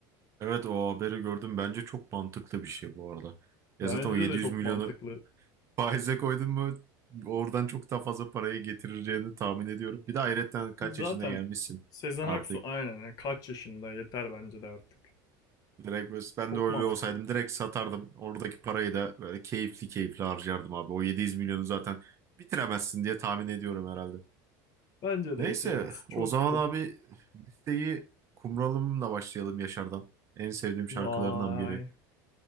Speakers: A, on the right (about 30°); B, on the left (about 40°).
A: Evet o haberi gördüm. Bence çok mantıklı bir şey bu arada. Ya
B: Bence
A: zaten o 700
B: de çok
A: milyonu
B: mantıklı.
A: <laughs> faize koydun mu oradan çok daha fazla parayı getireceğini tahmin ediyorum. Bir de hayretten kaç
B: Ki zaten
A: yaşına gelmişsin
B: Sezen
A: artık.
B: Aksu aynen ya, kaç yaşında yeter bence de artık.
A: Direkt biz- ben
B: Çok
A: de öyle
B: mantıklı.
A: olsaydım direkt satardım. Oradaki parayı da böyle keyifli keyifli harcardım abi. O 700 milyonu zaten bitiremezsin diye tahmin ediyorum herhalde.
B: Bence
A: Neyse
B: de bitiremez. Çok
A: o zaman
B: zor.
A: abi listeyi Kumralım'la başlayalım Yaşar'dan. En sevdiğim şarkılarından
B: Vay.
A: biri.